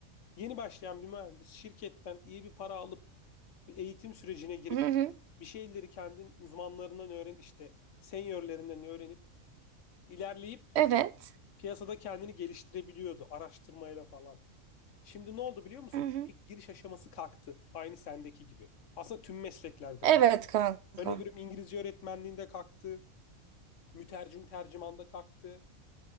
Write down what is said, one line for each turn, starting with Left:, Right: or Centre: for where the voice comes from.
Left: Yeni başlayan bir mühendis şirketten iyi bir para alıp bir eğitim sürecine girip
Right: Hı hı.
Left: bir şeyleri kendin uzmanlarından öğren işte seniorlerinden öğrenip ilerleyip
Right: Evet.
Left: Piyasada kendini geliştirebiliyordu araştırmayla falan. Şimdi ne oldu biliyor musun?
Right: Hı hı.
Left: İlk giriş aşaması kalktı. Aynı sendeki gibi. Aslında tüm mesleklerde
Right: Evet
Left: kalktı.
Right: kanka.
Left: Örnek veriyorum İngilizce öğretmenliğinde kalktı. Mütercim tercümanda kalktı.